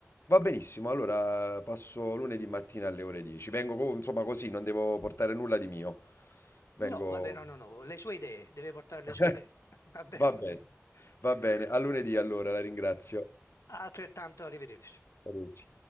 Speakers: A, on the left (about 55°); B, on the left (about 80°).
A: Va benissimo, allora passo lunedì mattina alle ore 10. Vengo, co- insomma, così, non devo portare nulla di mio. Vengo...
B: No, vabbè, no, no, no, le sue idee, deve portare le
A: <laughs>
B: sue idee. <laughs> Va bene.
A: Va bene, va bene. A lunedì allora, la ringrazio.
B: Altrettanto, arrivederci.
A: Arrivederci.